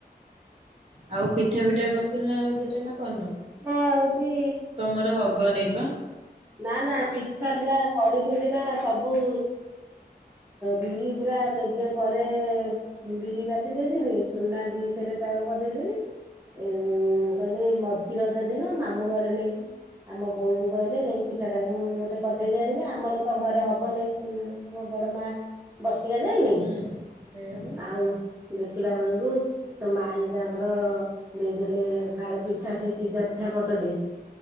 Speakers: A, on the right; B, on the right.
A: ଆଉ ପିଠା ପିଠା କରିଥିଲୁ ନା ରଜରେ ନା କରିନୁ?
B: ପିଠା ହଉଛି
A: ତମର ହବନେଇ ବା।
B: ନା ନା ପିଠା ପରା କରିଥିଲି ନା ସବୁ ବିରି ପୁରା କେଜିଏ ପରେ ବିରି ବାଟି ଦେଇଥିବି ଚୁନା ଦି ସେରେ ଚାଉଳ କରିଦେଇଥିଲି। ଏ ମୁଁ କହିଲି ମଝି ରଜ ଦିନ ମାମୁ ଘରେ ନେଇକି ଆମ ବୋଉ କୁ କହିଲେ ନେଇକ ପିଠା ଟାକୁ ଗୋଟେ କରିଦେଇକି ଆଣିବେ ଆମର ତ ଘରେ ହବନେଇ ମୋ ବଡ ମା ବର୍ଷିକିଆ ଯାଇନି।
A: ହୁଁ ସେଇଆ ପା
B: ଆଉ ଦେଖିଲା ବେଳକୁ ତ ମାଇ ତାଙ୍କର ଦେଇଦେଲେ ଫାଳେ ପିଠା ସେଇ ସିଝା ପିଠା ବଡ ଟେ